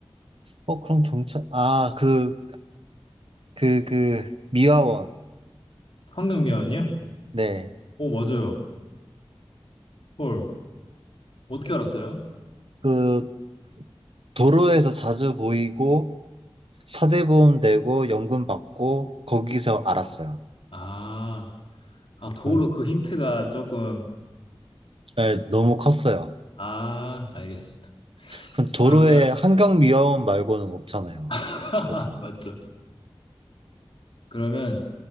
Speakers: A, on the right; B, on the left.
A: 어, 그럼 경찰 아, 그 그 그 미화원.
B: 환경미화원이요?
A: 네.
B: 오, 맞아요. 헐. 어떻게 알았어요?
A: 그 도로에서 자주 보이고 사대보험 되고 연금 받고 거기서 알았어요.
B: 아, 아, 도로
A: 네.
B: 그 힌트가 조금
A: 네, 너무 컸어요.
B: 아, 알겠습니다.
A: 그럼 도로에
B: 그러면
A: 환경미화원 말고는 없잖아요.
B: <laughs>
A: 그래서
B: 맞죠. 그러면